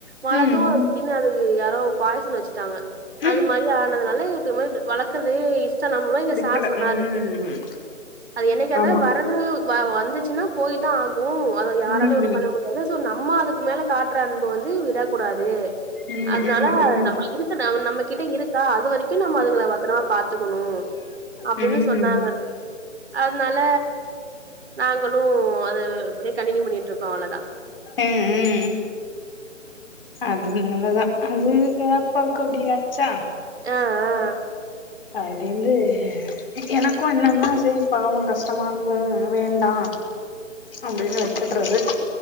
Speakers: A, on the right; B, on the left.
A: வளத்தோ
B: ம்,
A: திடீனு அது யாரோ பாய்சன் வெச்சுட்டாங்க
B: ம்.
A: அது மாரி ஆனதுனால இது மாரி வளக்கறதே இஷ் டமில்லாமே எங்க
B: பிடிக்கல.
A: சார் சொன்னாரு
B: ம்.
A: அது என்னைக்கருந்தா
B: ஆமா.
A: வரது வ வந்துச்சுன்னா போயி தா ஆகு அத யாராலயு
B: ம்.
A: ஒன்னு பண்ண முடியாது சோ நம்ம அதுக்கு மேல காட்ற அ ன்பு வந்து விடாக்க கூடாது
B: ம்,
A: அதனால
B: ம், ம்.
A: நம்ம இரு க்கு நம்ம கிட்ட இருக்கா அது வரிக்கு நம்ம அதுகள பத்திரமா பாத்துக்கணு அப்டின்னு
B: ம்.
A: சொன்னாங்க அதனால நாங்களு அது அப்டியே கண்டினியூ பண்ணிட்ருக்கோ அவ்ளோதா
B: ம் ம் அதுனாலதா அது தாப்பாக்கு அப்டி ஆச்சா
A: ஆ ஆ
B: அதிலிர்ந்து எனக்கு என்னன்னா செரி பாவோ கஷ்டமாருக்கு வேண்டா அப்டின்னு வெச்சட்றது